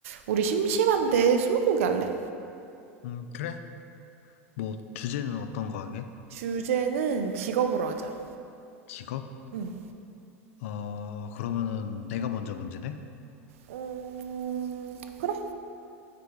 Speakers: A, on the right; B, on the left.
A: 우리 심심한데 스무고개 할래?
B: 음, 그래? 뭐, 주제는 어떤 거 하게?
A: 주제는 직업으로 하자.
B: 직업?
A: 응.
B: 어, 그러면은 내가 먼저 문제네?
A: 음, 그래?